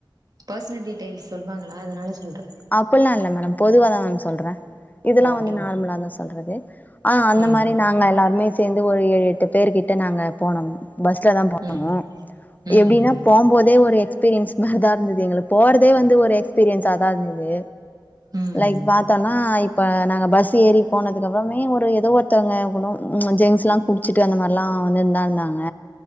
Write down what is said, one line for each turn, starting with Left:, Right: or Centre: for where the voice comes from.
Right: பர்சனல் டீடைெயில்ஸ் சொல்லுவாங்களா அதனால சொல்றே
Left: அப்பில்லா இல்ல மேடம் பொதுவாதா மேம் சொல்றே இதெல்லா
Right: ஓகே
Left: வந்து நார்மலாதா சொல்றது ஆ அந்த
Right: ம்
Left: மாரி நாங்க எல்லாருமே சேந்து ஒரு ஏழு எட்டு பேரு கிட்ட நாங்க போனம் பஸ்ல தா போனோ
Right: ம் ம்
Left: எப்டின்னா போம்போதே ஒரு எக் ஸ்பீரியன்ஸ்மாரி தா இருந்தது எங்களுக் போறதே வந்து ஒரு எக்ஸ்பீரியன்ஸா தா இருந்தது
Right: ம்
Left: லைக் பாத்தோன்னா இப்ப நாங்க பஸ் ஏறி போனதுக்கப்றமே ஒரு எதோ ஒருத்தங்க கூட ஜென்ஸ்லா குடுச்சுட்டு அந்த மார்லா வந்துன்தா இருந்தாங்க